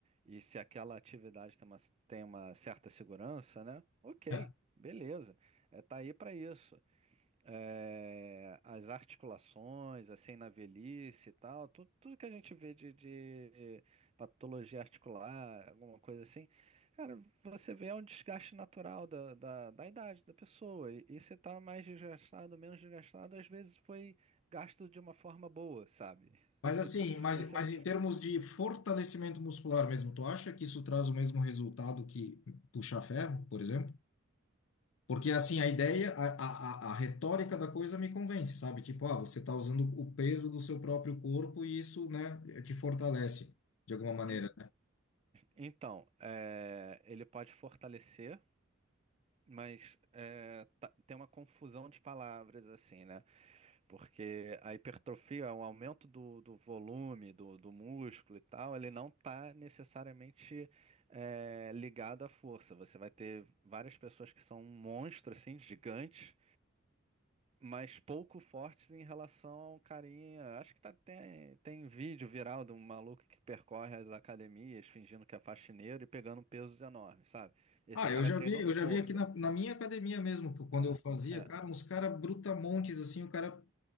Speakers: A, on the right (about 30°); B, on the left (about 75°).
A: e se aquela atividade tem uma, tem uma certa segurança, né? Ok,
B: É.
A: beleza. É, tá aí para isso é, as articulações, assim, na velhice e tal, tudo, tudo que a gente vê de, de patologia articular, alguma coisa assim, cara, você vê é um desgaste natural da, da, da idade da pessoa. E, e você tá mais desgastado, menos desgastado, às vezes foi gasto de uma forma boa, sabe?
B: Mas
A: <laughs>
B: assim, mas,
A: Você,
B: mas em termos de fortalecimento muscular mesmo, tu acha que isso traz o mesmo resultado que puxar ferro, por exemplo? Porque assim, a ideia, a, a, a a retórica da coisa me convence, sabe? Tipo, ah, você está usando o peso do seu próprio corpo e isso, né, te fortalece de alguma maneira.
A: en- então, é, ele pode fortalecer, mas é, tá- tem uma confusão de palavras, assim, né? Porque a hipertrofia, o aumento do, do volume do, do músculo e tal, ele não está necessariamente é, ligado à força. Você vai ter várias pessoas que são monstros assim, gigantes, mas pouco fortes em relação ao carinha. Acho que tá, tem, tem vídeo viral de um maluco que percorre as academias fingindo que é faxineiro e pegando pesos enormes, sabe? Esse
B: Ah,
A: cara
B: eu já
A: treinou
B: vi, eu
A: força.
B: já vi aqui na, na minha academia mesmo, que quando
A: É,
B: eu fazia,
A: é,
B: cara, uns cara brutamontes assim, o cara